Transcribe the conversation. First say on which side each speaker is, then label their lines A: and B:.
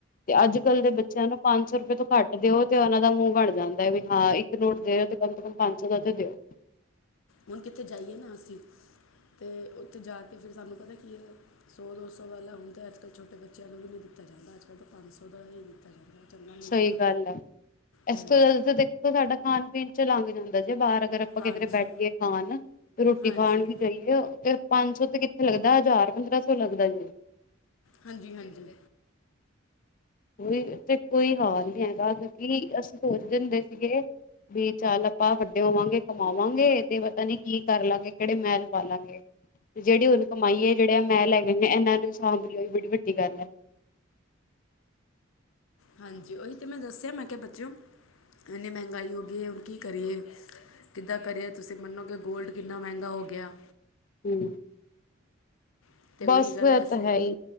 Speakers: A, on the left; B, on the left.
A: ਤੇ ਅਜ ਕਲ ਦੇ ਬੱਚਿਆਂ ਨੂੰ- ਪੰਜ ਸੌ ਰੁਪਏ ਤੋਂ ਘਟ ਦਿਓ ਤੇ ਉਹਨਾ ਦਾ ਮੂੰਹ ਬਣ ਜਾਦਾ ਵੀ ਹਾਂ ਇਕ ਨੋਟ ਦੇ ਰੇ ਓ ਤੇ ਕਮ ਸੇ ਕਮ ਪੰਜ ਸੌ ਦਾ ਤੇ ਦਿਓ।
B: ਹੁਣ ਕਿਤੇ ਜਾਈਏ ਨਾ ਅਸੀ, ਤੇ ਉਥੇ ਜਾ ਕੇ ਫੇਰ ਸਾਨੂੰ ਪਤਾ ਕੀ- ਸੌ- ਦੋ ਸੌ ਵਾਲਾ ਹੁਣ ਤਾਂ ਅਜ ਕਲ ਛੋਟੇ ਬੱਚਿਆਂ ਨੂੰ ਵੀ ਨਹੀ ਦਿਤਾ ਜਾਂਦਾ, ਅਜ ਕਲ ਤਾਂ ਪੰਜ ਸੌ ਦਾ ਹੀ ਦਿਤਾ ਜਾਂਦਾ। ਚੰਗਾ ਨਹੀਂ
A: ਸਹੀ
B: ਲੱਗਦਾ
A: ਗੱਲ ਹੈ। ਇਸ
B: ਹੂੰ
A: ਤੋਂ ਜ਼ਿਆਦਾ ਤਾਂ ਦੇਖੋ ਸਾਡਾ ਖਾਣ- ਪੀਣ 'ਚ ਲੰਘ ਜਾਦਾ ਜੇ ਬਾਹਰ- ਅਗਰ ਆਪਾ
B: ਹਾਂਜੀ
A: ਕਿਧਰੇ ਬੈਠੀਏ ਖਾਣ, ਤੇ ਰੋਟੀ
B: ਹਾਂਜੀ
A: ਖਾਣ ਵੀ ਜਾਈਏ- ਪੰਜ ਸੌ ਤੇ ਕਿਥੇ ਲਗਦਾ, ਹਜ਼ਾਰ ਪੰਦਰਾਂ ਸੌ ਲੱਗਦਾ ਜੇ।
B: ਹਾਂਜੀ- ਹਾਂਜੀ।
A: ਕੋਈ ਤੇ ਕੋਈ ਹਾਲ ਨੀ ਹੈਗਾ ਕਿਉਕਿ ਅਸੀ- ਸੋਚਦੇ ਹੁੰਦੇ ਸੀਗੇ ਵੀ ਚਲ ਆਪਾ ਵੱਡੇ ਹੋਵਾਂਗੇ ਕਮਾਵਾਂਗੇ ਤੇ ਪਤਾ ਨੀ ਕੀ- ਕਰ ਲਾਗੇ ਕਿਹੜੇ ਮਹਿਲ ਪਾਲਾਗੇ ਤੇ ਜਿਹੜੀ ਹੁਣ ਕਮਾਈ ਹੈ ਜਿਹੜੇ ਏ ਮਹਿਲ ਹੈ। ਜਿਨੇ ਇਹਨਾ ਨੂੰ ਵੀ ਸਾਂਭ ਲਿਆਓਈ ਬੜੀ ਵੱਡੀ ਗੱਲ ਹੈ।
B: ਹਾਂਜੀ ਉਹੀ ਤੇ ਮੈ ਦਸਿਆ ਮੈ ਕਿਹਾ ਬੱਚਓ, ਇਨੀ ਮਹਿੰਗਾਈ ਹੋ ਗਈ ਹੈ ਹੁਣ ਕੀ ਕਰੀਏ। ਕਿੱਦਾਂ ਕਰੀਏ ਤੁਸੀ ਮਨੋ ਕਿ ਗੋਲਡ ਕਿਨਾ ਮਹਿਗਾ ਹੋ ਗਿਆ।
A: ਹੂੰ।
B: ਅਤੇ ਉਹੀ
A: ਬਸ
B: ਗੱਲ
A: ਐ
B: ਅਸੀਂ
A: ਤਾਂ ਹੈ ਹੀ,